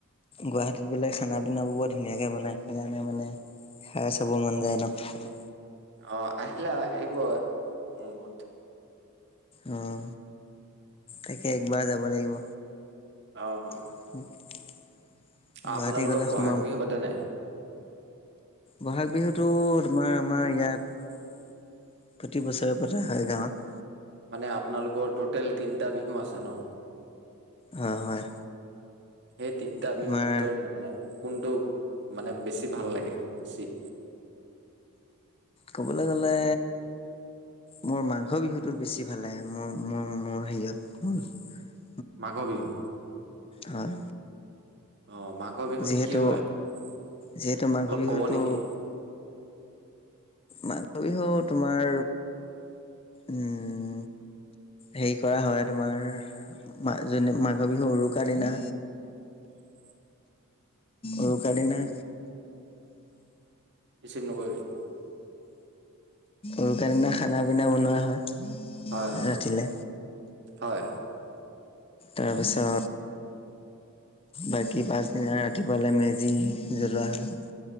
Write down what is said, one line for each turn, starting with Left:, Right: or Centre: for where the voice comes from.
Left: গুৱাহাটীত বোলে খানা পিনোৰ বৰ ধুনীয়াকে বনাই সেইকাৰণে মানে খাই চবো মন যায় ন?
Right: অ আহিলা আহব মোৰ ৰুমত।
Left: উম তাকে একবাৰ যাব লাগিব।
Right: অ অ।
Left: <unintelligible> গুৱাহাটী
Right: অ আপোনালোকৰ
Left: গলে
Right: বহাগ
Left: সোমাম
Right: বিহু পাতেনে?
Left: ব'হাগ বিহুতটো তোমাৰ আমাৰ ইয়াত প্ৰতি বছৰে পৰা হয় গাঁৱত।
Right: মানে আপোনালোকৰ টোটেল তিনটা বিহু আছে ন?
Left: হয় হয়
Right: সেই তিনিটা
Left: তোমাৰ
Right: বিহুৰ ভিতৰত মানে কোনটো মানে বেছি ভাল লাগে বেছি।
Left: ক'বলৈ গ'লে মোৰ মাঘৰ বিহুতো বেছি ভাল লাগে মোৰ-মোৰ-মোৰ সেইয়ত
Right: মাঘৰ বিহু?
Left: হয়।
Right: অ মাঘৰ বিহুত
Left: যিহেতু
Right: কি হয় অলপ
Left: যিহেতু মাঘ বিহুটো
Right: কব নেকি?
Left: মাঘৰ বিহু তোমাৰ উম হেৰি কৰা হয়, তোমাৰ মা মাঘ বিহু উৰুকাৰ দিনা
Right: <inaudible>
Left: উৰুকা দিনা
Right: ৰিচিভ নকৰিবি।
Left: উৰুকাৰ দিনা খানা পিনা বনোৱা হয়।
Right: হয়, হয়,
Left: ৰাতিলে
Right: হয়।
Left: তাৰপিছত বাকী পাছদিনা ৰাতিপুৱালে মেজি জ্বলোৱা হয়।